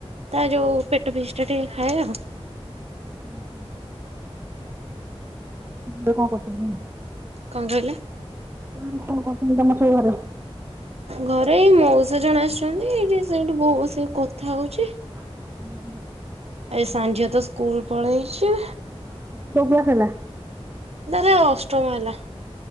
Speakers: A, on the right (about 75°); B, on the right (about 20°).
A: ତା ଯୋଉ ପେଟ ପିସ ଟା ଟିକେ ଖାଏ ଆଉ।
B: ହୁଁ ହୁଁ। ତୁ କଣ କହୁଚୁ।
A: କଣ କହିଲା।
B: କଣ କଣ କରୁଛନ୍ତି ତମ ସବୁ ଘରେ।
A: ଘରେ ଏଇ ମଉସ ଜଣେ ଆସିଛନ୍ତି ଏଇଠି ସେଇଠି ବୋଉ ବସିକି କଥା ହଉଛି।
B: ଉଁ ହୁଁ।
A: ଆ ସାନ ଝିଅ ତ ସ୍କୁଲ ପଳେଇଛି।
B: ଆଉ ତମ କୋଉ କ୍ଲାସ ହେଲା।
A: ତାର ଅଷ୍ଟମ ହେଲା।